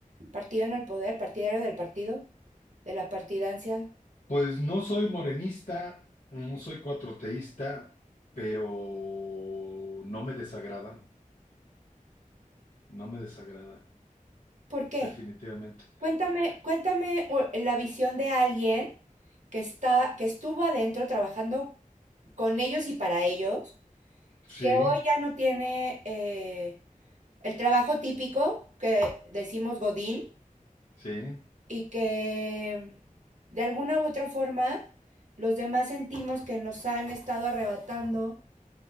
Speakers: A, on the right; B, on the left.
A: partido en el poder, partidario del partido, de la partidancia?
B: Pues no soy morenista, no soy cuatroteísta, pero no me desagradan, no me desagradan,
A: ¿Por qué?
B: definitivamente.
A: Cuéntame, cuéntame o- la visión de alguien que está, que estuvo adentro trabajando con ellos y para ellos,
B: Sí,
A: que hoy ya no tiene eh, el trabajo típico que decimos Godín
B: sí.
A: y que de alguna u otra forma los demás sentimos que nos han estado arrebatando